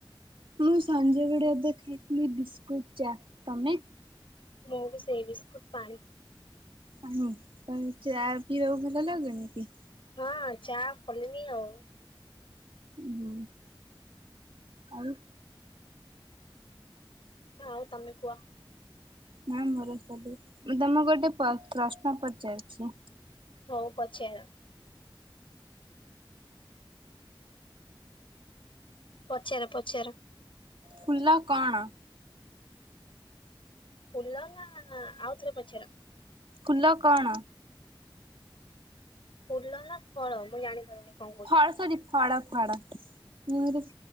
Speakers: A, on the right (about 75°); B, on the left (about 75°).
A: ମୁଁ ସଞ୍ଜବେଳେ ଏବେ ଖାଇଥିଲି ବିସ୍କୁଟ୍ ଚା ତମେ?
B: ମୁଁ ବି ସେଇ ବିସ୍କୁଟ ପାଣି।
A: ପାଣି କଣ ଚା ପିଇବାକୁ ଭଲ ଲାଗୁନି କି?
B: ହଁ ଚା ଫଲନି ଆଉ।
A: ହୁଁ ଆଉ।
B: ଆଉ ତମେ କୁଅ।
A: ନାଁ ମୋର ସବୁ ମୁଁ ତମକୁ ଗୋଟେ ପ ପ୍ରଶ୍ନ ପଚାରୁଛି।
B: ହଉ ପଚାର। ପଚାର ପଚାର।
A: ଫୁଲ କଣ?
B: ଫୁଲ ନା ଆଉଥରେ ପଚାର।
A: ଫୁଲ କଣ?
B: ଫୁଲ ନା ଫଳ ମୁଁ ଜାଣିପାରୁନି। କଣ କହୁଛ?
A: ଫଳ ସରି ଫଳ ଫଡ <unintelligible>